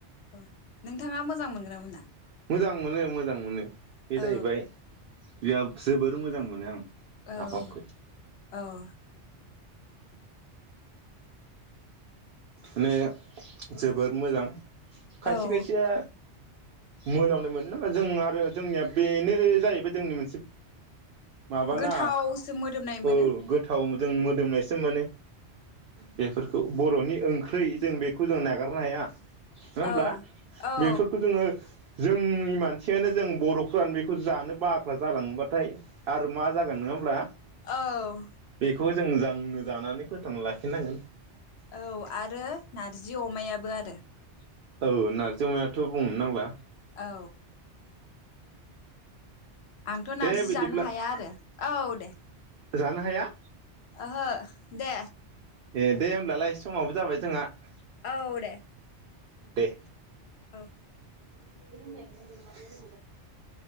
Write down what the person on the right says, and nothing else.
मोजां मोनो मोजां मोनो। बे
जाहैबाय बि जोबोर मोजां मोनो आं।
नाफामखौ
माने जोबोद मोजां खायसे
खायसेया मोनामनाय मोनो नामा जों आरो जोंनिया बेनो जाहैबाय जोंनि मोनसे माबाना
औ गोथाव मो जों मोदोमनायसो मोनो बेफोरखौ बरनि ओं ख्रै बेखौ जों नागारनो हाया। नङा होमब्ला
बेफोरखौ जोङो जोंनि मानसियानो जों बरफ्रानो बेखौ जानो बाग्रा जालाङोबाथाय आरो मा जागोन नङा होमब्ला?
खौ जों जा जानानै फोथांना लाखिनांगोन।
औ नारजि अमायाथ' बुंनो नांला।
दे
बिदिब्ला
जानो हाया?
ए दे होमब्लालाय समाबो जाबाय जोंहा ।
दे
<unintelligible>